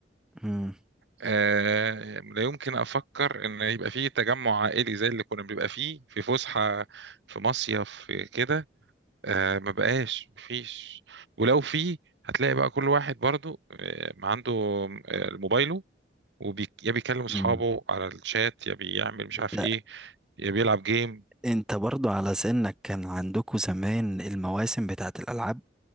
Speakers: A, in the centre; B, on the right.
A: مم.
B: آه... لا يمكن أفكر إن يبقى فيه تجمع عائلي زي اللي كنا بنبقى فيه في فسحة في مصيف في كده آه... ما بقاش مفيش ولو فيه هتلاقي بقى كل واحد برضو آه... ما عنده آه... موبايله وبي... يا بيكلم أصحابه
A: مم.
B: على الشات يا بيعمل مش عارف
A: لا
B: إيه يا بيلعب جيم
A: انت برضو على سنك كان عندكم زمان المواسم بتاعت الألعاب